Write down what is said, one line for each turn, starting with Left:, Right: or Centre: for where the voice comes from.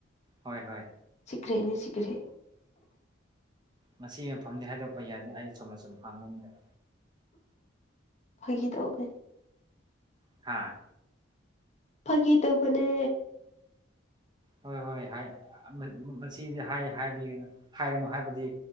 Right: ꯍꯣꯏ ꯍꯣꯏ
Left: ꯁꯤꯀ꯭ꯔꯦꯠꯅꯦ ꯁꯤꯀ꯭ꯔꯦꯠ
Right: ꯃꯁꯤꯒꯤ ꯃꯐꯝꯗꯤ ꯍꯥꯏꯗꯣꯛꯛꯄ ꯌꯥꯗꯦ ꯑꯩ ꯆꯨꯝꯅꯁꯨꯝ ꯍꯥꯡꯕ <unintelligible>
Left: ꯐꯥꯒꯤ ꯇꯧꯕꯅꯦ
Right: ꯍꯥꯥ
Left: ꯐꯥꯒꯤ ꯇꯧꯕꯅꯦ
Right: ꯍꯣꯏ ꯍꯣꯏ ꯍꯥꯏ ꯑꯥ ꯃꯥ ꯃꯁꯤꯗꯤ ꯍꯥꯏ ꯍꯥꯏꯕꯤꯒꯅꯨ ꯍꯥꯏꯔꯅꯨ ꯍꯥꯏꯕꯗꯤ